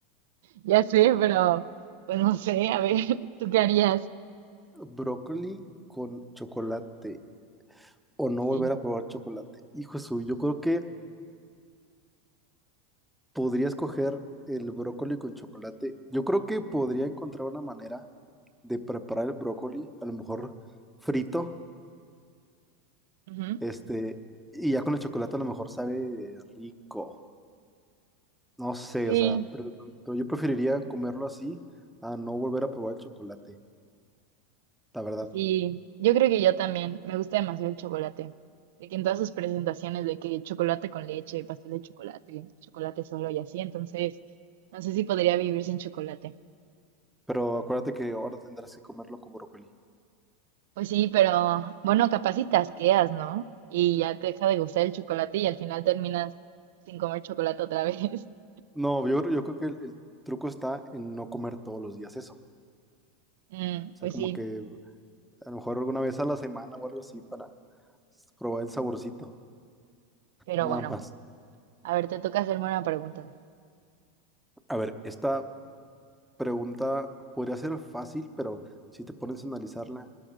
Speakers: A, on the right; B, in the centre.
A: Ya sé, pero pues no sé, a ver, <laughs> ¿tú qué harías?
B: <laughs> Brócoli con chocolate o no volver
A: Sí.
B: a probar chocolate. Hijo suyo, yo creo que podría escoger el brócoli con chocolate. Yo creo que podría encontrar una manera de preparar el brócoli, a lo mejor frito,
A: Ujú.
B: este, y ya con el chocolate a lo mejor sabe rico. No sé,
A: Sí,
B: o sea, pero, pero yo preferiría comerlo así a no volver a probar el chocolate, la verdad.
A: sí, yo creo que yo también. Me gusta demasiado el chocolate. De que en todas sus presentaciones, de que chocolate con leche, pastel de chocolate, chocolate solo y así, entonces no sé si podría vivir sin chocolate.
B: Pero acuérdate que ahora tendrás que comerlo con brócoli.
A: Pues sí, pero bueno, capaz si te ¿no? Y ya te deja de gustar el chocolate y al final terminas sin comer chocolate otra vez. <laughs>
B: No, yo, yo creo que el, el truco está en no comer todos los días eso. O
A: Mm,
B: sea,
A: pues
B: como
A: sí,
B: que a lo mejor alguna vez a la semana o algo así para probar el saborcito,
A: pero
B: nada
A: bueno,
B: más.
A: a ver, te toca hacerme una pregunta.
B: A ver, esta pregunta podría ser fácil, pero si te pones a analizarla,